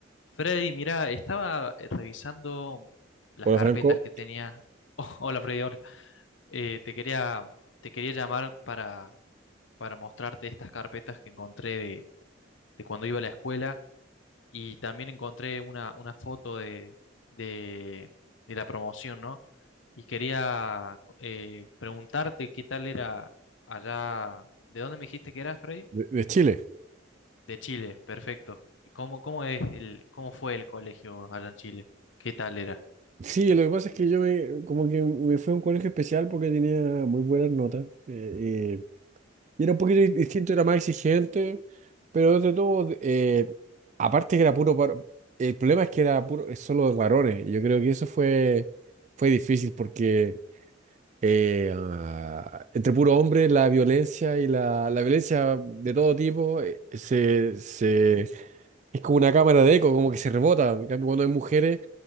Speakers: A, on the left; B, on the right.
A: Freddy, mira, estaba eh, revisando las
B: Hola
A: carpetas
B: Franco,
A: que tenía. <laughs> Oh, hola Freddy, hola. Eh, te quería, te quería llamar para, para mostrarte estas carpetas que encontré de, de cuando iba a la escuela y también encontré una, una foto de, de, de la promoción, ¿no? Y quería eh, preguntarte qué tal era allá. ¿De dónde me dijiste que eras, Freddy?
B: de, de Chile.
A: De Chile, perfecto. ¿Cómo, cómo es el, cómo fue el colegio allá en Chile? ¿Qué tal era?
B: Sí, lo que pasa es que yo me, como que me fui a un colegio especial porque tenía muy buenas notas. eh, eh, y era un poquito di- distinto, era más exigente, pero de todo, eh, aparte que era puro, par- el problema es que era puro, es solo de varones. y Yo creo que eso fue, fue difícil porque eh, ah, entre puro hombre la violencia y la, la violencia de todo tipo eh, se, se, es como una cámara de eco, como que se rebota. En cambio, cuando hay mujeres